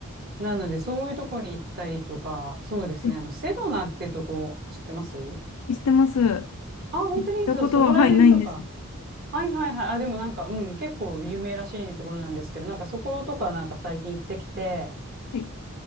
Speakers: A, on the right; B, on the left.
A: なので、そういうとこに行ったりとか、そうですね。
B: はい、
A: あの、セドナってとこ知ってます
B: 知ってます。行
A: あ、本当にそう、
B: ったことは、
A: そこら辺とか。
B: はい、ないんですけど。
A: はいはいはい。あ、でもなんか、うん、結構有名らしいところなんですけど、なんかそことかなんか最近行ってきて、
B: はい。